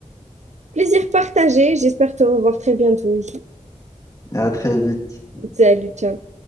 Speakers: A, on the right; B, on the left.
A: Plaisir partagé, j'espère te revoir très bientôt ici.
B: À très vite.
A: Salut, ciao.